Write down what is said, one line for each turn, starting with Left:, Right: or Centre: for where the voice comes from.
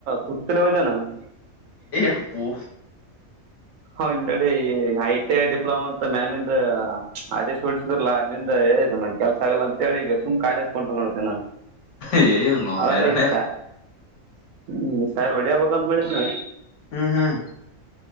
Right: ಕುತಿರೋಜನ <inaudible>
Left: ಹಪ್ಪು
Right: ಹಂದಡೆ ಈ ಐ ಟಿ ಐ ಡಿಪ್ಲೊಮಾ ಅಂತ ಮ್ಯಾಲಿಂದ ಆದೇಶ ಬಿಡಿಸಿದ್ರಲ್ಲಾ ಅಲ್ಲಿಂದ ಇ ನ ಕೆಲ್ಸಲ್ಲ ಅಂತಿ ಈಗ ಸುಮ್ ಕಾಲೇಜಕೊಂಡ ನೋಡ್ತೇನಿ ನಾನು
Left: ಏ ನೋ
Right: ಅವಲ್ಲ
Left: ನೈರಾಣ
Right: ಇಷ್ಟ ಹ್ಮ್ ಸಾರು ಹೊಡಿಯಬೇಕಂತ ಮಾಡಿದ್ ನ
Left: ಹ್ಮ್ ಹ್ಮ್